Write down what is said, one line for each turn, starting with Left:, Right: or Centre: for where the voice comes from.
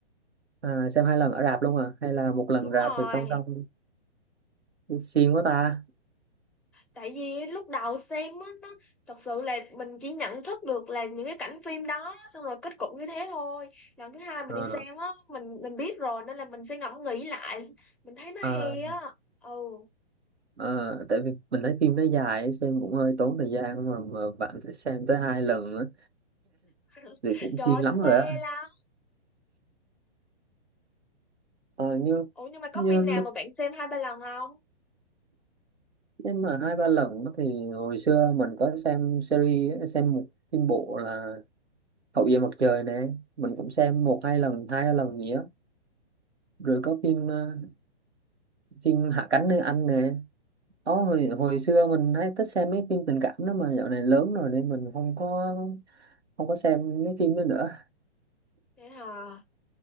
Right: À, xem hai lần ở rạp luôn à hay là một lần
Centre: đúng
Right: rạp
Centre: rồi
Right: rồi xong xong xiên quá ta
Centre: tại vì lúc đầu xem á nó thật sự là mình chỉ nhận thức được là những cái cảnh phim đó xong rồi kết cục như thế thôi lần thứ hai mình
Right: Ờ,
Centre: đi xem á mình mình biết rồi nên là mình sẽ ngẫm nghĩ lại mình thấy nó
Right: ờ,
Centre: hay á ừ
Right: ờ, tại vì mình thấy phim nó dài xem cũng hơi tốn thời gian mà mà bạn phải xem tới hai lần nữa
Centre: <laughs>
Right: thì cũng
Centre: trời
Right: xiên
Centre: ơi
Right: lắm
Centre: tôi
Right: rồi
Centre: mê
Right: á
Centre: lắm
Right: Ờ, như
Centre: ủa nhưng mà có
Right: như
Centre: phim nào mà bạn xem hai ba lần không
Right: nhưng mà hai ba lần á thì hồi xưa mình có xem series á, xem một phim bộ là Hậu duệ mặt trời nè mình cũng xem một hai lần hai lần gì á rồi có phim ờ, phim Hạ cánh nơi anh nè Có hồi hồi xưa mình hay thích xem mấy phim tình cảm đó mà dạo này lớn rồi nên mình không có không có xem mấy phim đó nữa.
Centre: vậy hả